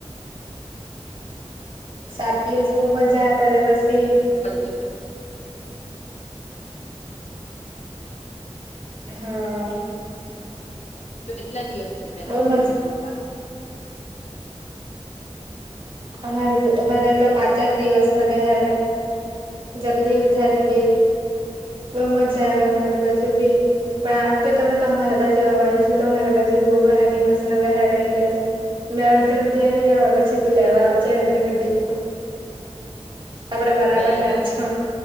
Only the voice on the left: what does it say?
થાય
કેટલા દિવસ
પપ્પા
મે